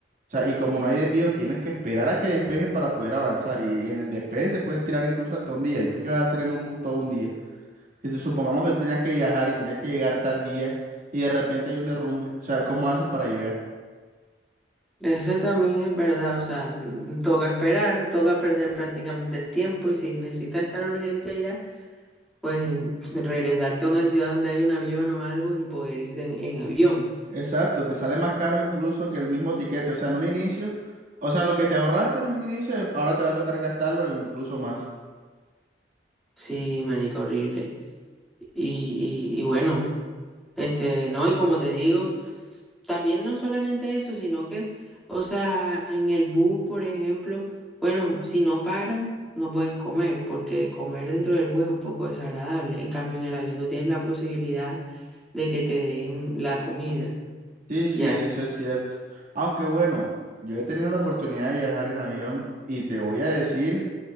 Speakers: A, on the right (about 45°); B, in the centre.
A: O sea, y como no hay desvíos, tienes que esperar a que despejen para poder avanzar, y, en el despeje se puede tirar incluso hasta un día. ¿Y tú qué vas a hacer en un bus todo un día? Si tú- supongamos que tú tenías que viajar y tenías que llegar tal día, y de repente hay un derrumbe, o sea, ¿cómo haces para llegar?
B: Eso también es verdad, o sea, mm, toca esperar, toca perder prácticamente el tiempo y si necesitas estar urgente allá, pues <laughs> regresarte a una ciudad donde hay un avión o algo y poder ir en, en avión.
A: Exacto, te sale más caro incluso que el mismo tiquete. O sea, en un inicio, o sea, lo que te ahorraste en un inicio, eh, ahora te va a tocar gastarlo e incluso más.
B: Sí, marica, horrible. y, y y bueno. Este, no, y como te digo, también no solamente eso, sino que, o sea, en el bus, por ejemplo, bueno, si no paran, no puedes comer, porque comer dentro del bus es un poco desagradable. En cambio, en el avión tú tienes la posibilidad de que te den la comida.
A: Sí, sí,
B: Ya.
A: eso es cierto. Aunque bueno, yo he tenido la oportunidad de viajar en avión y te voy a decir